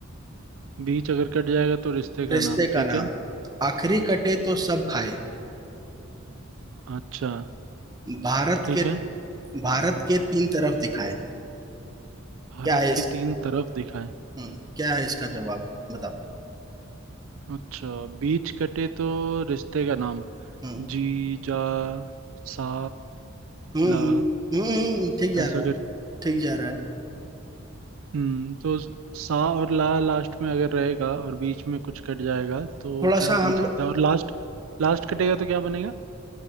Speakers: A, on the right; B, on the right.
A: बीच अगर कट जाएगा तो रिश्ते का
B: रिश्ते
A: नाम ठीक
B: का नाम
A: है
B: आखिरी कटे तो सब खाए
A: अच्छा
B: भारत
A: ठीक
B: के
A: है
B: भारत के तीन तरफ दिखाए
A: भारत
B: क्या है इस
A: के तीन तरफ दिखाए
B: हम्म क्या है इसका जवाब बताओ
A: अच्छा बीच कटे तो रिश्ते का नाम
B: हम्म
A: जी जा सा
B: हम्म
A: ला
B: हम्म हम्म, हम्म, ठीक जा
A: ऐसा
B: रहा है
A: कर
B: ठीक जा रहा है
A: हम्म तो सा और ला लास्ट में अगर रहेगा और बीच में कुछ कट जाएगा तो
B: थोड़ा
A: क्या
B: सा
A: बन
B: हम लोग
A: सकता है और लास्ट लास्ट कटेगा तो क्या बनेगा